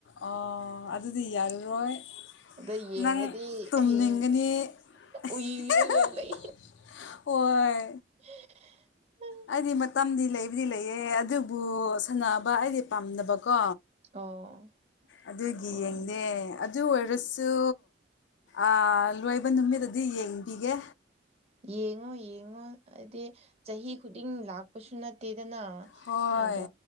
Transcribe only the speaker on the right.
ꯑꯗ ꯌꯦꯡꯉꯗꯤ
ꯍꯌꯦꯡ
ꯎꯏꯔꯒ ꯂꯩ
<unintelligible>
ꯑꯣ
ꯑꯣ
ꯌꯦꯡꯉꯨ ꯌꯦꯡꯉꯨ ꯍꯥꯏꯗꯤ ꯆꯍꯤ ꯈꯨꯗꯤꯡ ꯂꯥꯛꯄꯁꯨ ꯅꯠꯇꯦꯗꯅ
ꯑꯗꯣ